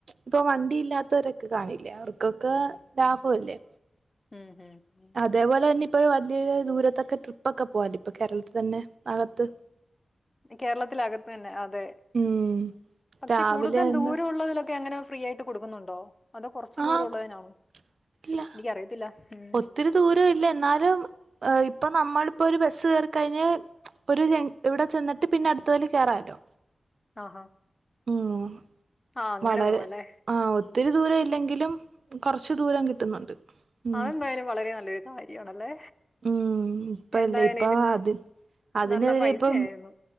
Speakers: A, on the right; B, on the left.
A: ഇപ്പൊ വണ്ടി ഇല്ലാത്തവരൊക്കെ കാണില്ലേ അവർക്കൊക്ക ലാഭവല്ലേ
B: ഉം ഉം ഉം
A: അതേപോലെ തന്നെ ഇപ്പോ വല്ല്യോരു ദൂരത്തൊക്കെ ട്രിപ്പ് ഒക്ക പോവല് ഇപ്പൊ കേരളത്തി തന്നെ അകത്ത്
B: കേരളത്തിലകത്ത് തന്നെ അതെ
A: ഉം
B: പക്ഷെ
A: രാവിലെ
B: കൂടുതൽ
A: എന്താ
B: ദൂരവുള്ളതിലൊക്കെ എങ്ങനെ ഫ്രീ ആയിട്ട് കൊടുക്കുന്നുണ്ടോ അതൊ കൊർച്ച്
A: ആഹ്
B: ദൂരം ഉള്ളതിനാണോ
A: ഇല്ല
B: എനിക്കറിയത്തില്ല ഉം
A: ഒത്തിരി ദൂരം ഇല്ല എന്നാലും ഇപ്പ നമ്മളിപ്പൊരു ബസ് കേറി കഴിഞ്ഞാൽ ഒരു ജൻ ഇവടെ ചെന്ന്ട്ട് പിന്നെ അട്ത്തതില് കേറാലോ
B: ആഹാ
A: ഉം
B: ആ അങ്ങനെ
A: വളരെ
B: പോവ ലെ
A: ആ ഒത്തിരി ദൂരം ഇല്ലെങ്കിലും കൊർച്ച് ദൂരം കിട്ടുന്നുണ്ട് ഉം
B: അത് എന്തായാലും വളരെ നല്ലൊരു കാര്യാണല്ലേ
A: ഉം ഇപ്പല്ല
B: എന്തായാലും
A: ഇപ്പ
B: ഇതിന്നും
A: അത് അതിനെതിരെ
B: നല്ല പൈസ
A: ഇപ്പം
B: ആയിരുന്നു